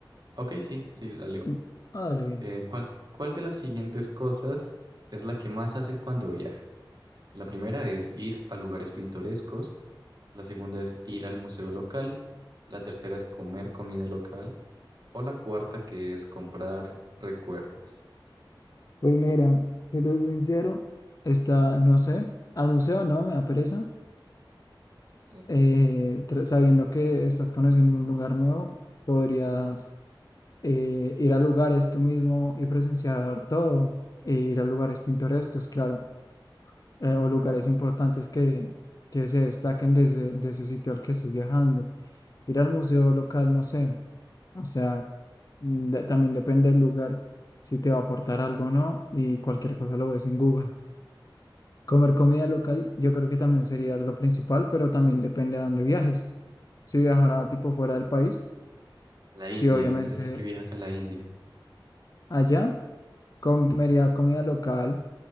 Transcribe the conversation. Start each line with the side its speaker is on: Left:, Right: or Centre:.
Right: Ok, sí, sí, la leo.
Left: Mm, Ah, dale bien.
Right: Eh, ¿cuál, cuál de las siguientes cosas es la que más haces cuando viajas? La primera es ir a lugares pintorescos, la segunda es ir al museo local, la tercera es comer comida local, O la cuarta, que es comprar recuerdos.
Left: Pues mira, si te soy sincero, Esta, no sé, al museo no, me da pereza.
Right: Ujú.
Left: Eh, tra- sabiendo que estás conociendo un lugar nuevo, podrías eh, ir a lugares tú mismo y presenciar todo, e ir a lugares pintorescos, claro, eh, o lugares
Right: Claro.
Left: importantes que, que se destaquen desde, de ese sitio al que estás viajando. ir al museo local, no sé. O sea, mm, de- también depende del lugar, si te va a aportar algo o no, y cualquier cosa lo ves en Google. Comer comida local, yo creo que también sería lo principal, pero también depende a dónde viajes. Si viajara tipo fuera del país,
Right: La India,
Left: sí, obviamente
Right: imagínate que viajas a la India.
Left: allá comería comida local,